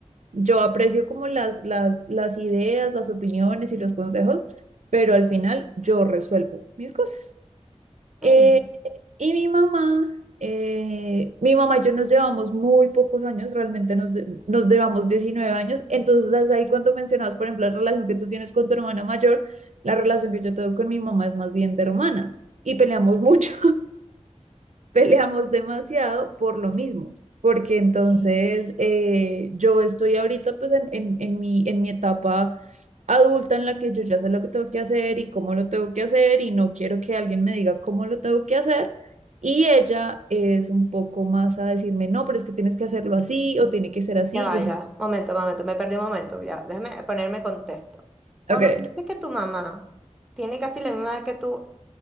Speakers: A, on the right; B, in the centre.
A: Yo aprecio como las, las, las ideas, las opiniones y los consejos, pero al final yo resuelvo mis cosas. Eh,
B: Mm.
A: y mi mamá, eh, mi mamá y yo nos llevamos muy pocos años, realmente nos, de- nos llevamos 19 años. Entonces, hasta ahí cuando mencionabas, por ejemplo, la relación que tú tienes con tu hermana mayor, la relación que yo tengo con mi mamá es más bien de hermanas y peleamos <laughs> mucho peleamos demasiado por lo mismo, porque entonces eh, yo estoy ahorita pues en, en, en mi, en mi etapa adulta en la que yo ya sé lo que tengo que hacer y cómo lo tengo que hacer y no quiero que alguien me diga cómo lo tengo que hacer. Y ella es un poco más a decirme, no, pero es que tienes que hacerlo así o tiene que ser así.
B: Ya va,
A: Yo sí,
B: ya va. Momento, momento. Me perdí un momento. Ya va. Déjame ponerme contexto. Cuando
A: ok.
B: dices que tu mamá tiene casi la misma edad que tú,